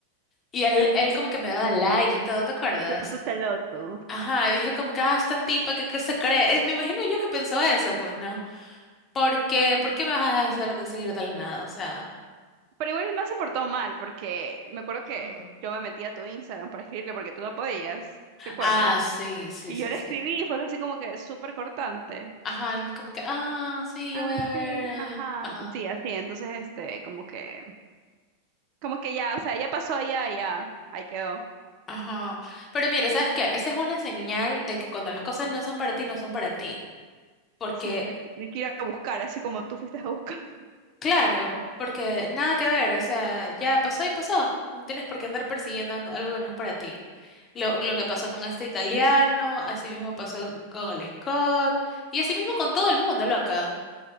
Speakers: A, on the left; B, on the right.
A: Y él, él como que me daba like y todo, ¿te acuerdas?
B: Se puso celoso.
A: Ajá, y dijo como que, ah, esta tipa que, que se cree. Eh, Me imagino yo que pensó eso, pues, ¿no? Porque, ¿por qué por qué me vas a hacer de seguir de la nada? O sea,
B: Pero igual el man se portó mal porque me acuerdo que
A: ajá.
B: yo me metí a tu Instagram para escribirle porque tú no podías, ¿te acuerdas?
A: Ah, sí, sí,
B: Y
A: sí,
B: yo le
A: sí.
B: escribí y fue así como que súper cortante.
A: Ajá, me- como que, ah, sí,
B: Ah,
A: yo voy a ver.
B: sí, ajá,
A: eh, Ajá,
B: sí, así, entonces, este, como que, como que ya, o sea, ya pasó ya ya, ahí quedó.
A: ajá. Pero mire, ¿sabes qué? Esa es una señal de que cuando las cosas no son para ti, no son para ti. Porque,
B: Sí, no hay que no hay que ir a buscar, así como tú fuiste a buscar. <laughs>
A: claro, porque nada que ver, o sea, ya pasó y pasó. No tienes por qué andar persiguiendo an- algo que no es para ti. Lo, lo que pasó con este italiano, así mismo pasó con el Scott, y así mismo con todo el mundo, loca.